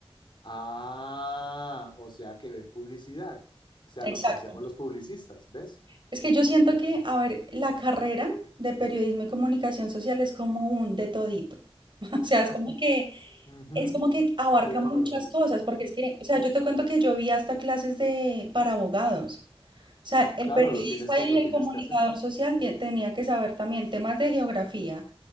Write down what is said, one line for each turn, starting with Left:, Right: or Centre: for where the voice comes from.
Left: ah, o sea que ven publicidad, o sea, lo
Right: Exacto.
Left: que hacemos los publicistas, ¿ves?
Right: Es que yo siento que, a ver, la carrera de periodismo y comunicación social es como un de todito. O sea, es como que,
Left: Ujú,
Right: es como que abarca
Left: estoy de
Right: muchas
Left: acuerdo.
Right: cosas, porque es que, o sea, yo te cuento que yo vi hasta clases de, para abogados. O sea, el
Left: Claro,
Right: periodista
Left: lo tienes que,
Right: y
Left: lo
Right: el
Left: tienes
Right: comunicador
Left: que hacer.
Right: social tie- tenía que saber también temas de geografía,